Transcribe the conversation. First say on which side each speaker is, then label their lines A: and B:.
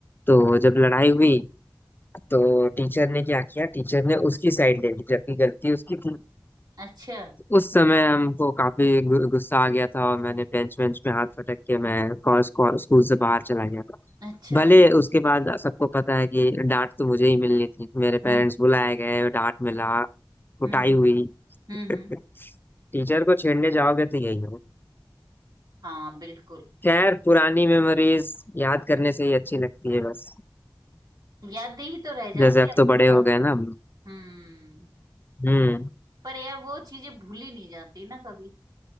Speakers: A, on the left; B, on the right.
A: तो जब लड़ाई हुई तो टीचर ने क्या किया टीचर ने उसकी साइड ले ली जबकि गलती उसकी थी
B: अच्छा
A: उस समय हमको काफी गु- गुस्सा आ गया था और मैंने बेंच बेंच पे हाथ पटक के मैं कॉल- कॉल- स्कूल से बाहर चला गया था
B: अच्छा
A: भले उसके बाद सबको पता है कि डांट तो मुझे ही मिलनी थी मेरे पेरेंट्स
B: हम्म
A: बुलाए गए डांट मिला कुटाई
B: हम्म हम्म
A: हुई
B: हम्म
A: <laughs>
B: हम्म,
A: टीचर को छेड़ने जाओगे तो यही
B: हाँ बिल्कुल
A: खैर पुरानी मेमोरीज याद करने से ही अच्छी लगती है बस
B: यादें ही तो रह जाती
A: जैसे अब
B: है अपने
A: तो बड़े हो
B: पास
A: गए ना हम लोग
B: हम्म
A: हम्म
B: पर यार वो चीजें भूली नहीं जाती ना कभी